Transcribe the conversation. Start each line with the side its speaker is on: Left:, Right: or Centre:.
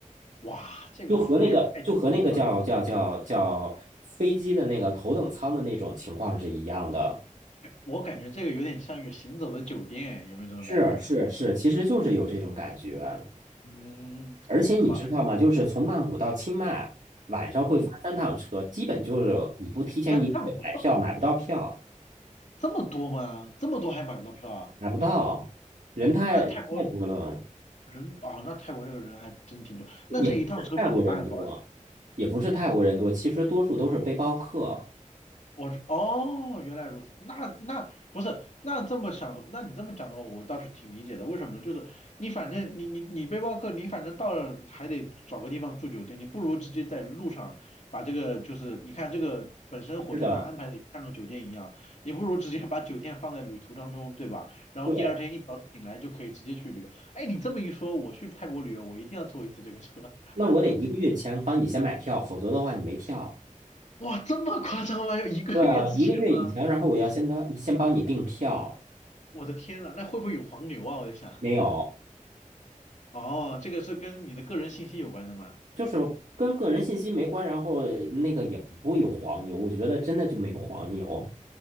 Left: 哇，这个服务也太强了吧，
Right: 就和那个就和那个叫叫叫叫飞机的那个头等舱的那种情况是一样的。
Left: 我感觉这个有点像一个行走的酒店，有没有这种感觉啊？
Right: 是是是，其实就是有这种感觉。
Left: 嗯，
Right: 而且你知道吗？
Left: 很棒，
Right: 就是从曼谷到清迈，晚上会发三趟车，
Left: 嗯，
Right: 基本就是你不提前一个月买票，
Left: 三趟怎么
Right: 买不到票，
Left: 这么多吗？这么多还买不到票啊？
Right: 买不到，人太太多了，
Left: 哦那泰国人啊，那泰国这个人还真挺多，那这一趟车票得大概多少？
Right: 也不是泰国人多，也不是泰国人多，其实多数都是背包客。
Left: 我是哦，原来如此。那那不是那这么想的，那你这么讲的话，我倒是挺理解的。为什么呢？就是你反正你你你背包客，你反正到了还得找个地方住酒店，你不如直接在路上把这个就是你看这个本身火车上安排的像个酒店一样，
Right: 是的，
Left: 你不如直接把酒店放在旅途当中，对吧？然后第二天一早醒来就可以直接去旅游。
Right: 对。
Left: 哎，你这么一说，我去泰国旅游，我一定要坐一次这个车。
Right: 那我得一个月前帮你先买票，否则的话你没票。
Left: <laughs> 哇，这么夸张吗？要一个月之前吗？
Right: 对啊，一个月以前，然后我要先当先帮你订票，
Left: 我的天呐，那会不会有黄牛啊？我在想。
Right: 没有。
Left: 哦，这个是跟你的个人信息有关的吗？
Right: 就是跟个人信息没关，然后那个也不会有黄牛，我觉得真的就没有黄牛。